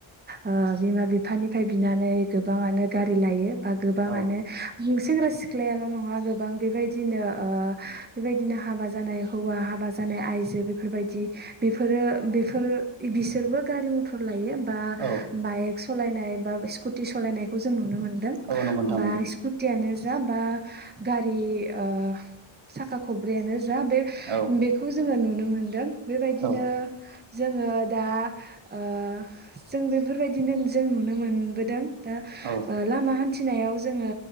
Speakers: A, on the right; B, on the right.
A: ओ बिमा बिफानिफ्राय बिनानै गोबाङानो गारि लायो। बा गोबाङानो
B: औ
A: सेंग्रा सिख्लायाल' नङा गोबां बेबाय दिनो ओ बेबायदिनो हाबा जानाय हौवा हाबा जानाय आयजो बेफोरबायदि बेफोर ओ बेफोर बिसोरबो गारि मथर लायो बा
B: औ
A: बाइक सलायनाय बा स्कुटि सलायनायखौ जों नुनो मोनो दों
B: औ नंगौ नोंथां
A: बा
B: नंगौ
A: स्कुटियानो दा होमबा गारि ओ साखा खब्रैआनो। दा बे
B: औ
A: बेखौ जोङो नुनो मोनदों बेबायदिनो।
B: औ
A: जोङो दा ओ‌ जों बेफोरबायदिनो जों नुनो मोनबोदों। दा
B: औ
A: ओ लामा हान्थि फिनायाव जोङो